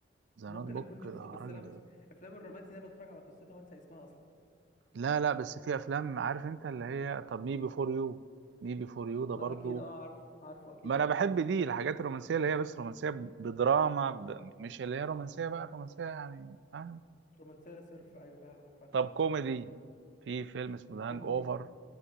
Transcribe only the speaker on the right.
ذا
نوت بوك
ده راجل
لا لا بس في افلام عارف انت اللي هي طب مي بيفور يو مي بيفور يو ده
برضو
ما
انا
بحب دي الحاجات الرومانسيه اللي هي بس رومانسيه ب- بدراما ب... مش اللي هي رومانسيه بقى رومانسيه يعني فاهم
طب كوميدي في فيلم اسمه ذا
هانج اوفر